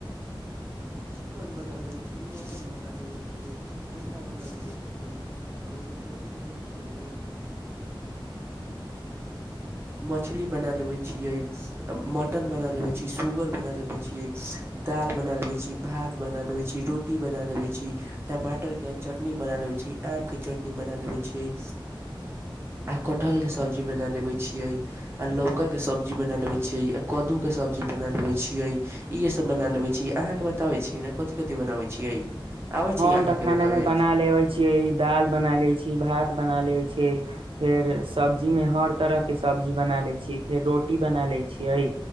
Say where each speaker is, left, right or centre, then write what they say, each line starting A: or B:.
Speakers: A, on the right; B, on the right.
A: चिकन बना लेबै छियै मटन बना लेबै छियै अं्डा बना लेबै छियै आओरइ कथिी कहै छियै ने मछली बना लेबै छियै मटन बना लेबै छियै सुूगर बना लेबै छियै दाल बना लेबै छिये। छी भात बना लेबै छी रोटी बना लेबै छी टमाटरके चटनी बना लेबै छी आमके चटनी बना लेबै छियै आ कटहरके सब्जी बना लेबै छियै। आ लौका के सब्जी बना लेबै छिय आ कदू के सब्जी बना लेबै छियै इहे सब बना लेबै छिय अहाँके बात। बताबै छियाई ने कथि कथि बनाबै छियै। आबै
B: हम
A: छै अहाँके
B: तऽ खाना
A: बनाबे
B: मे बना लेबै छियै दाल बना ले छीयै भात बना लेबै छियै फेर। सब्जीमे हर। तरह के सब्जी बना ले छी। फेर रोटी बना ले छीय